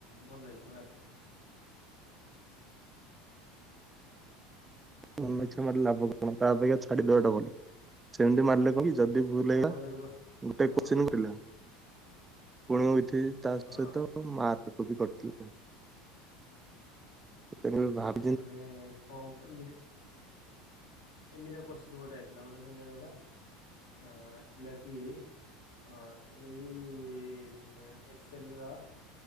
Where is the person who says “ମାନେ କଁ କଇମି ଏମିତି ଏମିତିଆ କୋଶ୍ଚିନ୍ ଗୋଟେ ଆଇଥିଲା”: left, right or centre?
Left